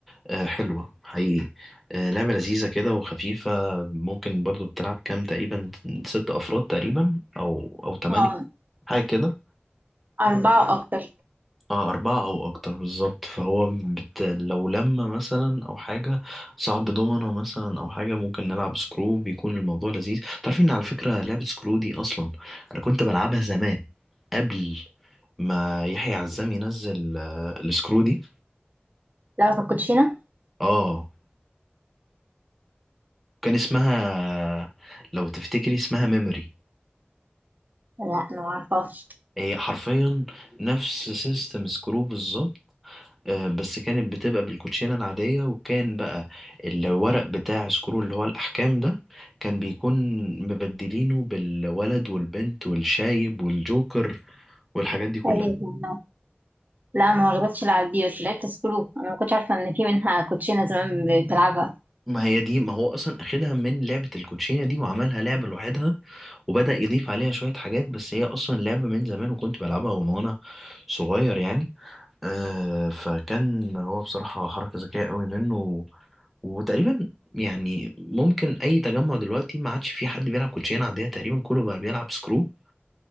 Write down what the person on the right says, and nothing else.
آه
أربعة وأكتر
لعبة الكوتشينة
لا أنا معرفهاش
أيوة لا ما غلطتش العب دي بس لعبت سكرو انا ما كنتش عارفه ان في منها كوتشينه زمان بتلعبها